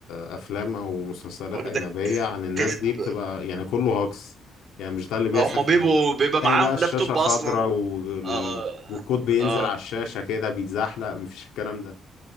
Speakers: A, on the left; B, on the right.
A: افلام او مسلسلات
B: واخدك
A: اجنبية عن الناس
B: كذب
A: دي بتبقى يعني كله هوكس يعني مش ده اللي بيحصل
B: هم
A: في
B: بيبقوا
A: الحقيقة
B: بيبقى
A: تلاقي
B: معاهم
A: بقى الشاشة
B: لابتوب
A: خضراء
B: اصلا
A: وال...
B: اه
A: والكود بينزل
B: اه
A: على الشاشة كده بيتزحلق مفيش الكلام ده